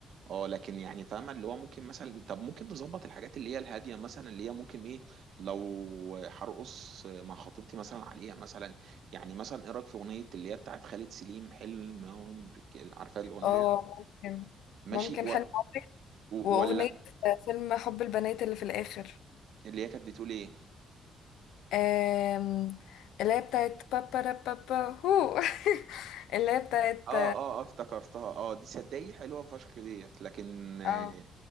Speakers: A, on the right (about 65°); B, on the left (about 85°).
A: اه لكن يعني فاهمه اللي هو ممكن مثلا طب ممكن نظبط الحاجات اللي هي الهاديه مثلا اللي هي ممكن ايه لو هرقص مع خطيبتي مثلا عليها مثلا يعني مثلا ايه رايك في اغنيه اللي هي بتاعت خالد سليم حلم عمري عارفه الاغنيه
B: اه
A: دي
B: ممكن
A: ماشي
B: ممكن
A: و...
B: حلم عمري
A: و-
B: واغنية
A: ولا
B: آه، فيلم حب البنات اللي في الاخر
A: اللي هي كانت بتقول ايه
B: آم، اللي هي بتاعت بابا را بابا هو <laughs> اللي هي بتاعت
A: اه اه اه افتكرتها اه دي صدقي حلوه فشخ ديت لكن اه
B: اه